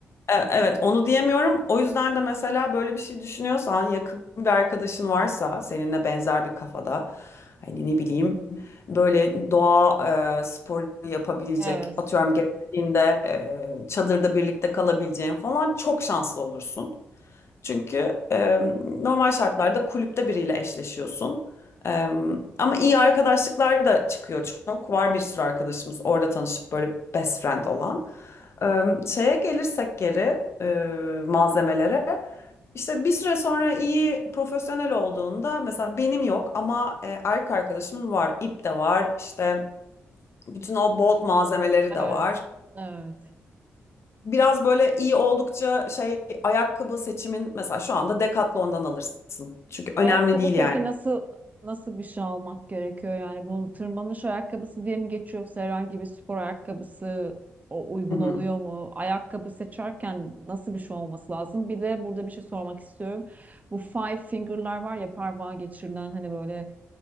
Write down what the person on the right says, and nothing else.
Evet,
evet,
evet.
Ayakkabı
peki
nasıl nasıl bir şey almak gerekiyor? Yani bu tırmanış ayakkabısı diye mi geçiyor yoksa herhangi bir spor ayakkabısı o uygun
oluyor mu? Ayakkabı seçerken nasıl bir şey olması lazım? Bir de burada bir şey sormak istiyorum. Bu five finger'lar var ya parmağa geçirilen hani böyle